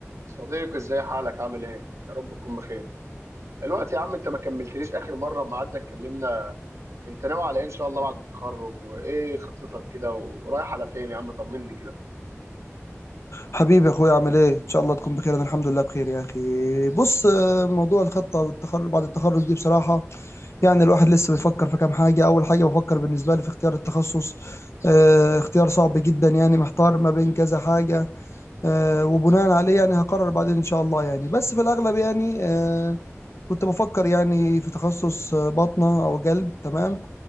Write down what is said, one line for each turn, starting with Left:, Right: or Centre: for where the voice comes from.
Right: صديقي ازاي حالك عامل ايه يا رب تكون بخير الوقت يا عم انت ما كملتليش اخر مره ما قعدنا اتكلمنا انت ناوي على ايه ان شاء الله بعد التخرج وايه خطتك كده ورايح على فين يا عم طمني كده
Left: حبيبي يا اخويا عامل ايه ان شاء الله تكون بخير انا الحمد لله بخير يا اخي بص آه، موضوع الخطه والتخرج بعد التخرج دي بصراحه يعني الواحد لسه بيفكر في كام حاجه اول حاجه بفكر بالنسبه لي في اختيار التخصص آه، اختيار صعب جدا يعني محتار ما بين كذا حاجه آه، وبناء عليه يعني هقرر بعدين ان شاء الله يعني بس في الاغلب يعني آه، كنت بفكر يعني في تخصص آه، باطنه او قلب تمام